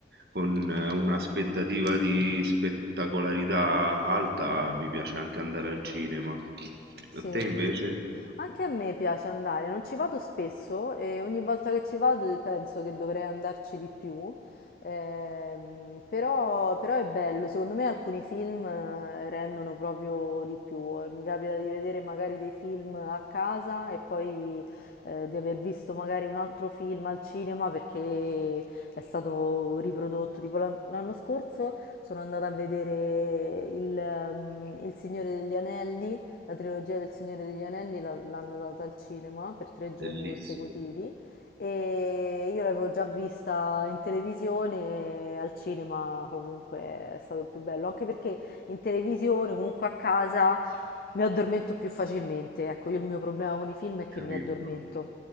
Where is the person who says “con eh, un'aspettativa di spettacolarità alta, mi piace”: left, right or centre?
Right